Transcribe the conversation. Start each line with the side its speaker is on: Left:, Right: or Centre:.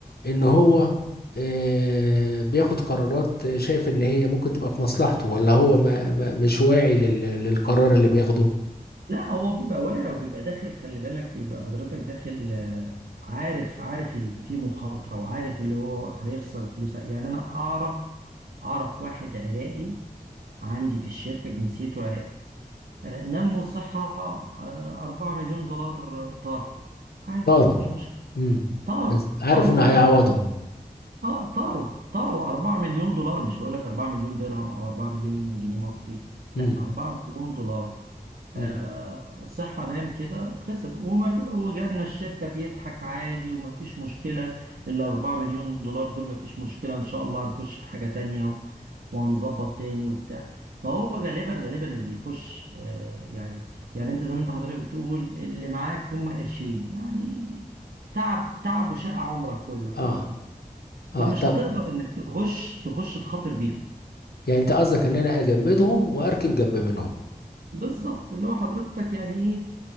Left: ان هو اه بياخد قرارات شايف ان هي ممكن تبقى في مصلحته ولا هو ما... ما مش واعي لل... للقرار اللي بياخده
Right: لا هو بيبقى واعي وبيبقى داخل خلي بالك بيبقى حضرتك داخل آه، عارف عارف اللي فيه مخاطرة وعارف اللي هو هيخسر فلوس يعني انا اعرف اعرف واحد عراقي عندي في الشركة جنسيته عراقي آه، نمو صحة آه، 4 مليون دولار آه، طار عادي
Left: طاروا
Right: ما فيش مشكلة
Left: امم
Right: طاروا
Left: بس عارف
Right: طاروا
Left: انه
Right: فعلا
Left: هيعوضهم
Right: اه طاروا طاروا 4 مليون دولار مش بقول لك 4 مليون درهم او 4 مليون
Left: مم.
Right: جنيه مصري لا
Left: امم
Right: 4 مليون دولار آه،
Left: امم
Right: صحة نام كده خسر وما في وجالنا الشركة بيضحك عادي وما فيش مشكلة الأربعة مليون دولار دول ما فيش مشكلة إن شاء الله هنخش في حاجة تانية و- وهنظبط تاني وبتاع فهو غالبا غالبا اللي بيخش آه، يعني يعني أنت زي ما أنت حضرتك بتقول اللي معاك هم قرشين يعني تعب تعب وشقى عمرك كله ف
Left: اه اه
Right: فمش
Left: طب
Right: هتقدر إنك تخش تخش تخاطر بيهم
Left: يعني انت قصدك ان انا اجمدهم واركن جنب منهم
Right: بالظبط اللي هو حضرتك يعني إيه،